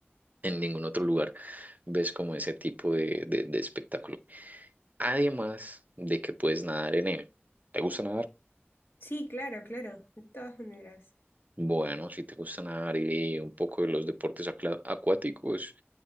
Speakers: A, on the right (about 40°); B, on the left (about 60°).
A: en ningún otro lugar ves como ese tipo de, de de espectáculo. Además de que puedes nadar en él. ¿Te gusta nadar?
B: Sí, claro, claro, de todas maneras.
A: Bueno, si te gusta nadar y un poco de los deportes acla- acuáticos,